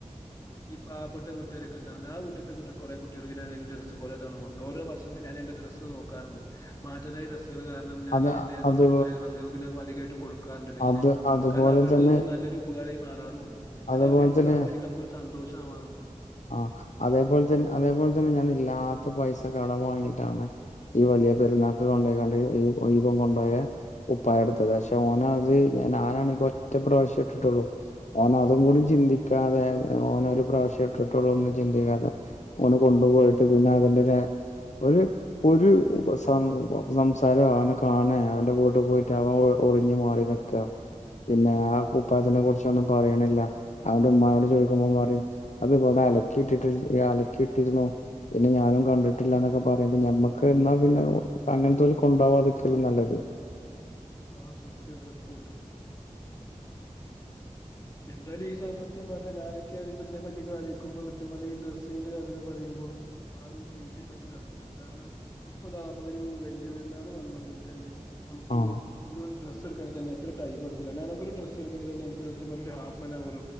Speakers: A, on the left; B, on the left.
A: ഈ പാവപ്പെട്ട കൂട്ടുകാരൊക്കെ ആ കൂട്ടത്തെ കുറെ കുട്ടികൾക്ക് എന്റെ ഡ്രസ് കുറെ തവണ കൊടുത്തിട്ടുണ്ട്, ഓരോ വർഷങ്ങളിലും ഞാൻ എന്റെ ഡ്രസ്സ് നോക്കാറുണ്ട്. മാറ്റതായ രസുകൾ കാരണം ഞാൻ
B: അത്
A: എൻ്റെ
B: അത്
A: തൊട്ട അയൽവാസികൾക്ക് ഞാ അധികമായിട്ടും കൊടുക്കും. ക്കാറുണ്ട് മെയിനായിയിട്ട്
B: അത് അതുപോലെ
A: കാരണം അവർക്കതൊരു
B: തന്നെ
A: നല്ലൊരു ഉപകാരമായി മാറാറുമുണ്ട്.
B: അതുപോലെ
A: എന്നെ അവരിട്ട്
B: തന്നെ
A: കാണുമ്പോ എനിക്ക് നമുക് ഒരു സന്തോഷം ആവാറുണ്ട്.
B: ആ അതേപോലെ തന്നെ അതേപോലെ തന്നെ ഞാൻ ഇല്ലാത്ത പൈസ കടം വാങ്ങിയിട്ടാണ് ഈ വലിയ പെരുന്നാക്ക് കൊണ്ട് പോയിക്കണ്ട് ഈ ന കൊണ്ടുപോയ കുപ്പായം എടുത്തത് പക്ഷെ ഓന ഞാനാണ് ഒറ്റ പ്രാവശ്യം ഇട്ടിട്ടുള്ളൂ, ഓന് അതും കൂടി ചിന്തിക്കാതെ ഓന് ഒരു പ്രാവശ്യ ഇട്ടിട്ട് ഇട്ടിട്ടുള്ള ഒന്നും ചിന്തിക്കാതെ ഓന് കൊണ്ടുപോയിട്ട് പിന്നെ അതിന്റെറെ ഒരു ഒരു സം സംസാരം അവനെ കാണാ അവന്റെ വീട്ടിൽ പോയിട്ട് അവൻ ഒളിഞ്ഞ് മാറി നിക്ക പിന്നെ ആ കുപ്പായത്തിനെ
A: ആഹ്
B: കുറിച്ചൊന്നും പറയണില്ല അവന്റെ ഉമ്മാനോട് ചോദിക്കുമ്പോ പറയും അത് ഇവിടെ അലക്കിയിട്ടിട്ട അലക്കിയിട്ടിരുന്നു പിന്നെ ഞാനും കണ്ടിട്ടില്ലന്നൊക്കെ പറയ്പ ഞമ്മക്ക് എന്നാ പിന്നെ അങ്ങനെത്ത പോലെ കൊണ്ടാവാതൊക്കെയല്ലും നല്ലത്
A: ആ സത്യം സത്യമായിട്ടുംയ സത്യം എന്തായും ഈ സ സത്യം പറഞ്ഞാ ഞാനൊക്കെ അറിയ്മ്പോ ഇതിനെ പറ്റ് ഒറ്റയ്ക്ക് ആലോയ്ക്ക്മ്പോ സത്യം പറഞ്ഞാ ഈ ഡ്രസ്സിങ്ങിന്റെ കാര്യായൊക്കെ പറയ്മ്പോ ആകെ ഒര് സ്വീപ്പി പ്പെട്ട് കെടക്കാണ് കാരണം ഇപ്പം ദാ നമ്മളൊരു വല്ല്യ പെരുന്നാൾ വന്നാങ്കി തന്നെ നമക്ക്
B: ആഹ്
A: ഒര് ഡ്രസ്സ്‌ എടാക്കാന്നായിട്ട് തന്നെ എത്ര ടൈം എടുക്കുന്നു എനക്ക് ഒര് ഡ്രസ്സ് എടക്കാണത് തന്നെ എനക്ക് ഒര് സത്യം പറഞ്ഞാ ഒര് ഹാഫാൻ ഹയർ